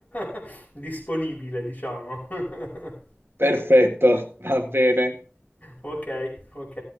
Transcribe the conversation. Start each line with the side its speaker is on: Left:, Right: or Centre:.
Left: <laughs> disponibile, diciamo. <laughs>
Right: perfetto, va bene.
Left: Ok, ok.